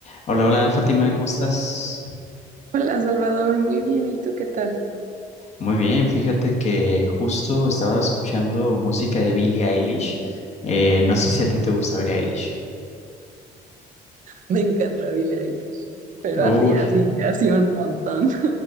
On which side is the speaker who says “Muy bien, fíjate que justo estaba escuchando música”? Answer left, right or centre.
Left